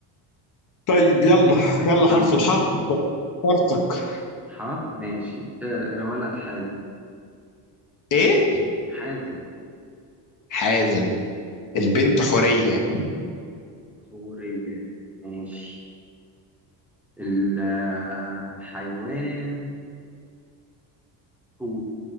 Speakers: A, on the left; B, in the centre.
A: طيب يلا يلا
B: يلا
A: حرف الحاء فرتك
B: ح ماشي آه، الولد حازم
A: ايه
B: حازم
A: حازم البنت حورية
B: حورية ماشي الحيوان حوت